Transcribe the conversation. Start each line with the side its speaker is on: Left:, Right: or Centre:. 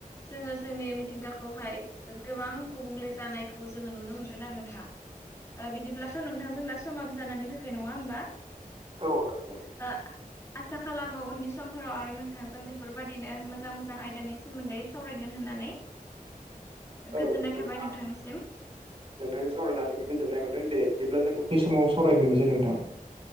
Left: जोङो जोंनि मिथिंगाखौहाय गोबां गुबुंले जानायखौ जोङो नुनो मोनगोन आरो नोंथां। ओ बिदिब्लाथ' नोंथां जोंना समाबो जानानै फैबाय नङा होमबा?
Right: औ नोंगौ
Left: ओ आसा खालामो उननि समफोराव आरो नोंथांजों बेफोरबायदिनो मोजां मोजां आयदानि सोमोन्दै सावरायगोन होननानै गोजोननाय
Right: औ नोंथां
Left: थाबाय नोंथांनिसिम
Right: नोंथांजों सावरायनानै गोजोन्नाय मोनदों दे बिदिब्ला जों उननि समाव सावरायफिनोसै नोंथां।